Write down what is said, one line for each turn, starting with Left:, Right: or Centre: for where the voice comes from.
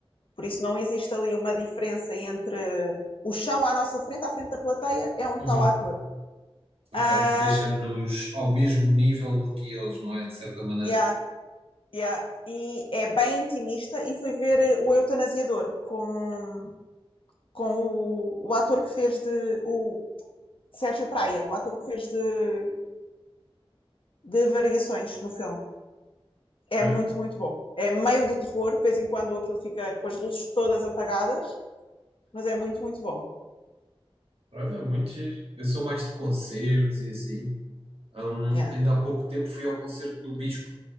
Left: por isso não existe ali uma diferença entre o chão à nossa frente, à frente da plateia, é onde
Right: Uhum.
Left: está o ator.
Right: Ok,
Left: Uh,
Right: deixa-nos ao mesmo nível do que eles, não é? De certa maneira.
Left: yeah. Yeah. E é bem intimista e fui ver eh, o Eutanasiador com, com o, o ator que fez de o Sérgio Praia, o ator que fez de, de variações no filme. É
Right: Ok,
Left: muito, muito bom. É meio de terror, de vez em quando aquilo fica com as luzes todas apagadas, mas é muito, muito bom.
Right: olha, muito giro. Eu sou mais de concertos
Left: Sim.
Right: e assim. Hum,
Left: Yeah.
Right: ainda há pouco tempo fui ao concerto do Bispo.